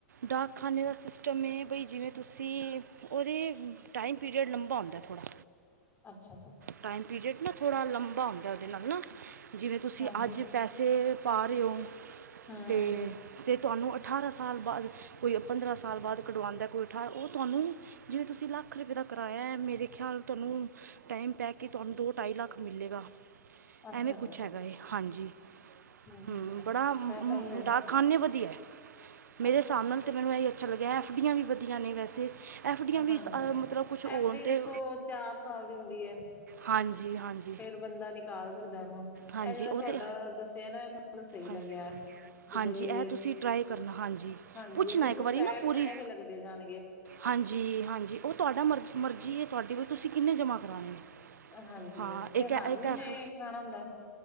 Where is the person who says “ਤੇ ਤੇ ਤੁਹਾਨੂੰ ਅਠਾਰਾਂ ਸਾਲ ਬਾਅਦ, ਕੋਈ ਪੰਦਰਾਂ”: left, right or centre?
Right